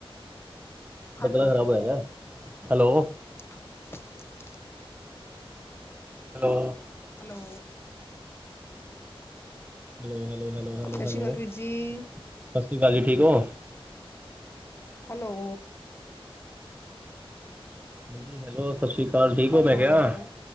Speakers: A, on the right; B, on the left.
A: <unintelligible>
B: ਹੈਲੋ
A: ਖ਼ਰਾਬ ਹੋਇਆ ਦਾ hello
B: <unintelligible>
A: hello
B: hello
A: hello hello hello hello
B: ਸਤਿ
A: ਹੈਲੋ
B: ਸ਼੍ਰੀ ਅਕਾਲ ਵੀਰ
A: ਸਤਿ
B: ਜੀ,
A: ਸ਼੍ਰੀ ਅਕਾਲ ਜੀ ਠੀਕ ਹੋ
B: ਹੈਲੋ
A: ਹਾਂਜੀ ਹੈਲੋ ਸਤਿ ਸ਼੍ਰੀ ਅਕਾਲ ਠੀਕ
B: ਹੈਲੋ
A: ਹੋ ਮੈਂ ਕਿਹਾ